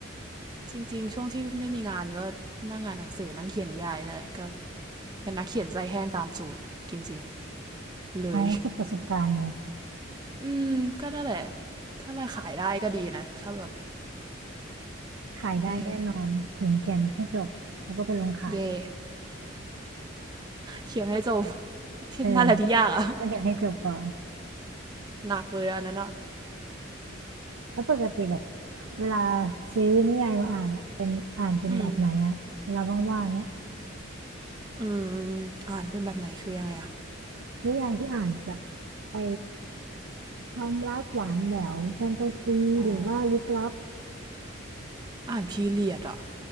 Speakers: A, on the right (about 20°); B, on the right (about 85°).
A: จริงๆ ช่วงที่ไม่มีงานก็นั่งงานหนังสือนั่งเขียนนิยายนี่แหละก็เป็นนักเขียนใจแห้งตามสูตรจริงๆเลย
B: เอาฝึกประสบการณ์ไง
A: อืมก็นั่นแหละถ้ามันขายได้ก็ดีนะถ้าแบบ
B: ขายได้แน่นอนทิ้งเขียนให้จบแล้วก็ไปลงขาย
A: เออเย่เขียนให้จบ
B: เออ
A: นั่นแหละที่ยากอะ
B: ต้องเขียนให้จบก่อน
A: หนักเลยอันนั้นอะ
B: แล้วปกติแบบเวลาซื้อนิยายมาอ่านอ่ะเป็นอ่านเป็นแบบไหนอ่ะเวลาว่างๆเนี้ย
A: อืมอืมอ่านเป็นแบบไหนคือยังไงอะ
B: นิยายที่อ่านแบบไปความรักหวานแหววแฟนตาซีหรือว่าลึกลับ
A: อ๋ออ่านพีเรียดอะ